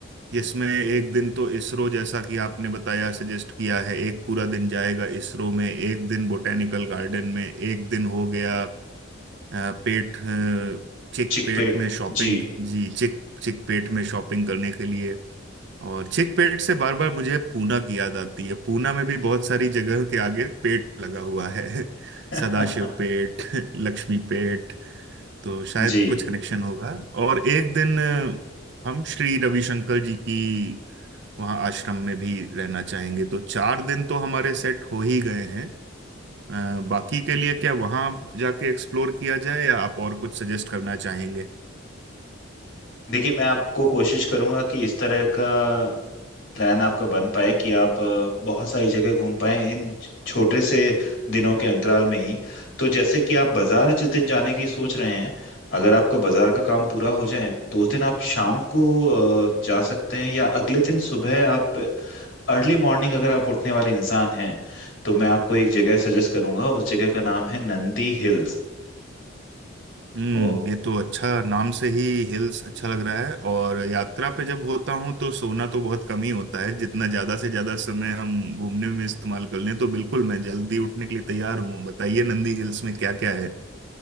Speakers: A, on the right (about 60°); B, on the left (about 70°).
A: जिसमें एक दिन तो इसरो जैसा कि आपने बताया सजेस्ट किया है एक पूरा दिन जाएगा इसरो में एक दिन बोटेनिकल गार्डन में एक दिन हो गया अ, पेट अ, चिक
B: चिकपेट
A: पेट में शॉपिंग
B: जी
A: जी चिक चिक पेट में शॉपिंग करने के लिए और चिक पेट से बार बार मुझे पूना की याद आती है पूना में भी बहुत सारी जगह के आगे पेट लगा हुआ है <laughs>
B: <laughs>
A: सदाशिव पेट <laughs> लक्ष्मी पेट तो शायद
B: जी
A: कुछ कनेक्शन होगा और एक दिन अ, हम श्री रविशंकर जी की वहाँ आश्रम में भी रहना चाहेंगे तो चार दिन तो हमारे सेट हो ही गए हैं अ, बाकी के लिए क्या वहाँ जाके एक्सप्लोर किया जाए या आप और कुछ सजेस्ट करना चाहेंगे
B: देखिए मैं आपको कोशिश करूंगा कि इस तरह का प्लान आपका बन पाए कि आप अ, बहुत सारी जगह घूम पाए इन छोटे से दिनों के अंतराल में ही तो जैसे कि आप बाजार जिस दिन जाने की सोच रहे हैं अगर आपका बाजार का काम पूरा हो जाए तो उस दिन आप शाम को अ, जा सकते हैं या अगले दिन सुबह आप अर्ली मॉर्निंग अगर आप उठने वाले इंसान हैं तो मैं आपको एक जगह सजेस्ट करूंगा उस जगह का नाम है नंदी हिल्स
A: हम्म
B: तो
A: ये तो अच्छा नाम से ही हिल्स अच्छा लग रहा है और यात्रा पे जब होता हूँ तो सोना तो बहुत कम ही होता है जितना ज़्यादा से ज़्यादा समय हम घूमने में इस्तेमाल कर लें तो बिल्कुल मैं जल्दी उठने के लिए तैयार हूँ बताइए नंदी हिल्स में क्या क्या है